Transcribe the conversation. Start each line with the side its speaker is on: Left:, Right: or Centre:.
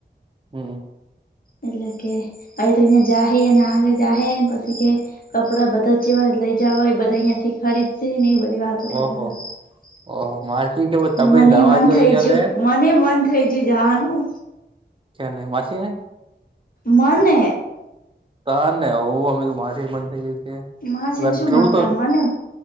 Right: <inaudible>
Left: એટલે કે આ તોઈ જા એ નાે જામ પછ કે કપડા બધા જેવા લઇ જવાય બધા અહં થી ખરીદ સિને એવી બધી વાતો કરતા
Right: ઓહો
Left: હતા
Right: ઓહો માસી કે તમે
Left: મને
Right: દાવા
Left: મન
Right: જો
Left: થઈ
Right: અહિયા
Left: જ્યું.
Right: લે
Left: મને મન થઈ ગયું જવાનું.
Right: કે માસી ને
Left: મને
Right: તા ને હું અમે તો માસી ને જ મન થઈ ગયું છે
Left: માસીને શું
Right: તું
Left: મન થાય
Right: તો
Left: મને